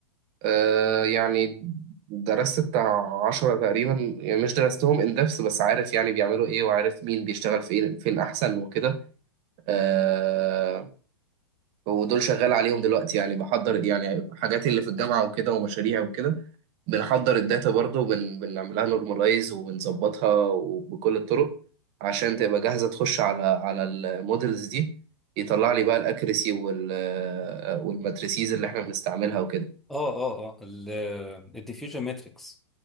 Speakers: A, on the right; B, in the centre.
A: آه يعني درست بتاع عشرة تقريبا يعني مش درستهم ان دepth بس عارف يعني بيعملوا ايه وعارف مين بيشتغل فين فين احسن وكده آه ودول شغال عليهم دلوقتي يعني بحضر يعني حاجاتي اللي في الجامعة وكده ومشاريع وكده بنحضر الداتا برضو بن بنعملها نورماليز وبنظبطها وبكل الطرق عشان تبقى جاهزة تخش على على المودلز دي يطلع لي بقى الاكريسي وال والماتريسيز اللي احنا بنستعملها وكده
B: اه اه اه الديفيوجن ماتريكس